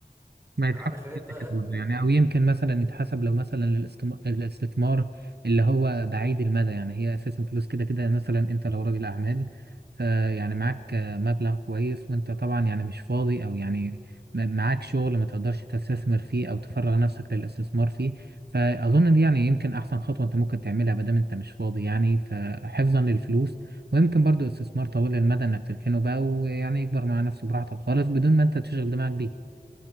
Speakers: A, on the right; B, on the right.
A: ما يتحسب
B: على خلاف
A: كده
B: بقى
A: كده برضه
B: ال-
A: يعني او يمكن مثلا يتحسب لو مثلا الاستم- الاستثمار اللي هو بعيد المدى يعني هي اساسا فلوس كده كده مثلا انت لو راجل اعمال فيعني معاك آه، مبلغ كويس وانت طبعا يعني مش فاضي او يعني م- معاك شغل ما تقدرش تستثمر فيه او تفرغ نفسك للاستثمار فيه فاظن دي يعني يمكن احسن خطوة انت ممكن تعملها ما دام انت مش فاضي يعني فحفظا للفلوس ويمكن برضو استثمار طويل المدى انك تركنه بقى ويعني يكبر مع نفسه براحتك خالص بدون ما انت تشغل دماغك بيه